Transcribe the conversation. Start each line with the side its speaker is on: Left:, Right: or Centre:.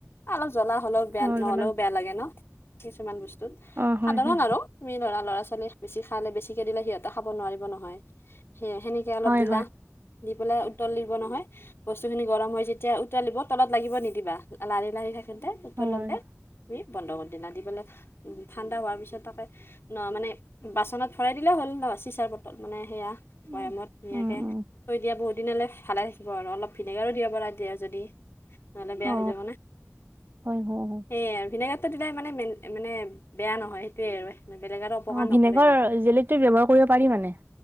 Left: অলপ জ্বলা হ'লেও বেয়া
Right: অ
Left: নহ'লেও
Right: জনক
Left: বেয়া লাগে ন? কিছুমান বস্তুত,
Right: অ হয়
Left: সাধাৰণ
Right: হয়
Left: আৰু। তুমি ধৰা ল'ৰা ছোৱালীক বেছি খালে বেছিকে দিলে সিহঁতে খাব নোৱাৰিব নহয়। সি সেনে অলপ
Right: হয়
Left: দিলা,
Right: হয়
Left: দি পেলাই উতলিব নহয়, বস্তুখিনি গৰম হয় যেতিয়া উতুলিব, তলত লাগিব নিদিবা। লাৰি লাৰি থাকঁতে উতলাওতে
Right: হয় হয়
Left: বন্ধ কৰি দিলা দি পেলাই ঠাণ্ডা হোৱাৰ পিছত তাকে ন মানে বাচনত ভৰাই দিলে হ'ল ন চিচাৰ বটল মানে সেয়া বৈয়ামত
Right: উম,
Left: ধুনীয়াকে
Right: উম, উম।
Left: থৈ দিয়া বহুত দিন হ'লে ভালে থাকিব আৰু অলপ ভিনেগাৰো দিব পৰা দিয়া যদি। নহ'লে বেয়া
Right: অ,
Left: হৈ যাব না,
Right: হয়, হয়, হয়,
Left: সেই আৰু ভিনেগাত দিলে মেনে মানে বেয়া নহয় সেইটয়ে আৰু। বেলেগ আৰু <unintelligible>
Right: অ ভিনেগাৰ
Left: ন
Right: জেলিটো ব্যৱহাৰ কৰিব পাৰি মানে?